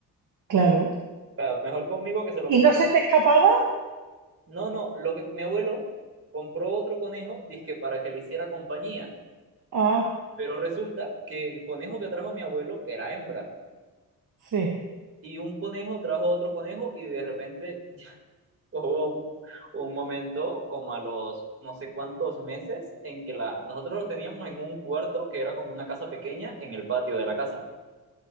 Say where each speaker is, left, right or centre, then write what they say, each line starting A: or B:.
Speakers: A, on the right; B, on the right.
A: claro.
B: sea, mejor conmigo que se lo
A: ¿Y
B: coma
A: no
B: un animal.
A: se te escapaba?
B: No, no, lo que mi abuelo compró otro conejo, dizque para que le hiciera compañía,
A: Ah,
B: pero resulta que el conejo que trajo mi abuelo era hembra
A: sí.
B: y un conejo trajo otro conejo y de repente <laughs> llegó un momento como a los no sé cuántos meses en que la nosotros lo teníamos en un cuarto que era como una casa pequeña en el patio de la casa.